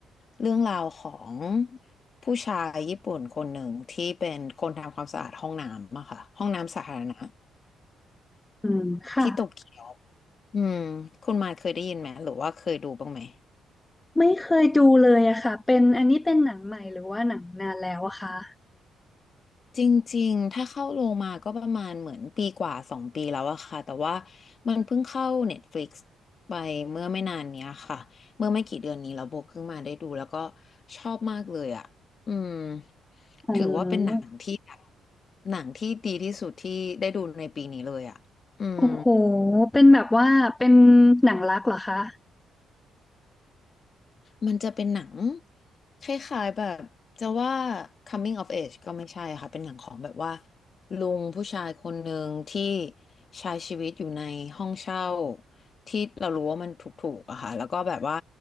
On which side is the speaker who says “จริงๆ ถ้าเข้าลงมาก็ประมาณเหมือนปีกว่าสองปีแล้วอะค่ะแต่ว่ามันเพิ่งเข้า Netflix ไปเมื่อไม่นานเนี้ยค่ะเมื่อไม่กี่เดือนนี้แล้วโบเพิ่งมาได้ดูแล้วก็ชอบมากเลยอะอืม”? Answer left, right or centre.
Left